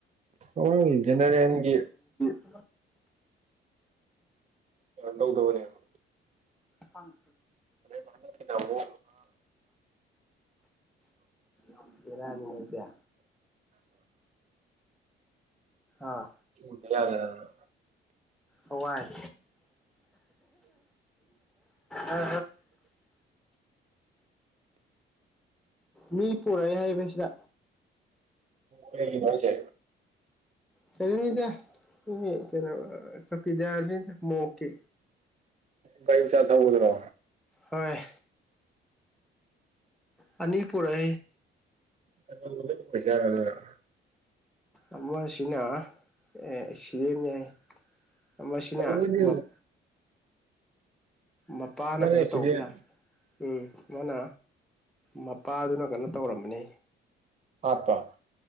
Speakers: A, on the right; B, in the centre.
A: ꯍꯣꯏ ꯒꯦꯅꯔꯦꯜ ꯒꯤ
B: <unintelligible>
A: ꯀꯩꯅꯣ ꯇꯧꯗꯕꯅꯦꯕ
B: ꯇ
A: ꯃꯥꯟꯅꯕꯨ
B: ꯑ ꯏꯔꯅꯤꯄꯌꯥ ꯑꯥ
A: ꯇꯨꯗ ꯌꯥꯗꯗꯅ
B: ꯋꯥꯋꯥꯏ ꯑ ꯃꯤ ꯄꯨꯔꯛꯏ ꯍꯥꯏꯕꯁꯤꯗ
A: ꯀꯩꯒꯤꯅꯣ ꯍꯥꯏꯁꯦ
B: ꯀꯩꯅꯗ ꯀꯩꯅꯣ ꯆꯀꯤꯗꯔꯗ ꯃꯣꯀꯦ
A: ꯒꯥꯔꯤ ꯃꯆꯥ ꯊꯧꯕꯗꯨꯔꯣ
B: ꯍꯣꯏ ꯑꯅꯤ ꯄꯨꯔꯦ
A: ꯀꯩꯗꯧꯕꯗꯩ ꯑꫭꯏꯖꯥꯠꯅꫭ‌ ꯑꯗꯨꯅ
B: ꯑꯃꯁꯤꯅ ꯑꯦ ꯑꯦꯛꯁꯤꯗꯦꯟꯅꯦ ꯑꯃꯁꯤꯅ
A: ꯇꯧꯕꯨꯗꯤ
B: ꯃꯞ ꯃꯄꯥꯅ
A: ꯑꯃꯅ
B: ꯀꯩꯅꯣ
A: ꯑꯦꯛꯁꯤꯗꯦꯟ
B: ꯇꯧꯕ ꯌꯥꯅꯤ ꯎꯝ ꯃꯥꯅ ꯃꯄꯥꯗꯨꯅ ꯀꯩꯅꯣ ꯇꯧꯔꯝꯃꯅꯤ
A: ꯍꯥꯞꯄ